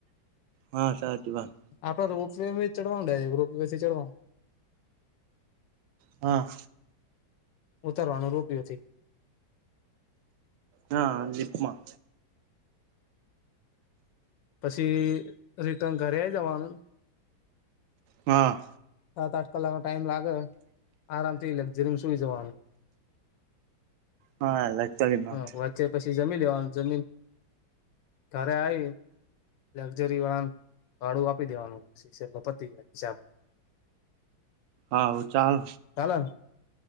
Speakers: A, on the right; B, on the left.
A: હા સાચી વાત.
B: આપડે રોપ વે મે ચડવાનું ડાયરેક રોપ વેથી ચડવાનું.
A: હા.
B: ઉતારવાનું રોપવેથી.
A: હા લિપમાં.
B: પછી રિટર્ન ઘરે આઈ જવાનું.
A: હા
B: સાત આઠ કલાક નો ટાઈમ લાગે આરામ થી લક્ઝરીમ સુઈ જવાનું.
A: હા લક્ઝરીમાં
B: હા વચ્ચે પછી જમી લેવાનું જમીન ખરે આય લક્ઝરી વાહન ભાડું આપી દેવાનું <unintelligible> હિસાબ.
A: હા હું ચાલ.
B: ચાલન